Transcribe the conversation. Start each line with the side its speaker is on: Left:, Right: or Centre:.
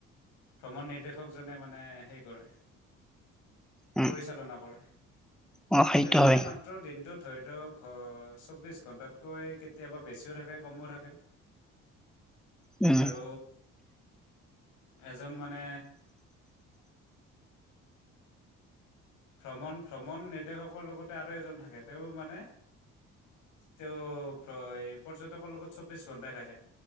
Left: ভ্ৰমণ নিৰ্দেশকজনে মানে সেই কৰে।
Centre: উম।
Left: পৰিচালনা কৰে।
Centre: অ সেইটো
Left: তেওঁলোকে
Centre: হয়
Left: মাত্ৰ দিনটোত ধৰি, তো '- ঘৰচ 'চৌব্বিশ- ঘন্টাতকৈ কেতিয়াবা বেছিও থাকে কমো থাকে।
Centre: উম,
Left: আৰু এজন মানে, ভ্ৰমণ- ভ্ৰমণ নিৰ্দেশকৰ লগতে আৰু এজন থাকে তেওঁ মানে তেওঁ পৰ্যটকৰ লগত চব্বিশ ঘন্টাই থাকে।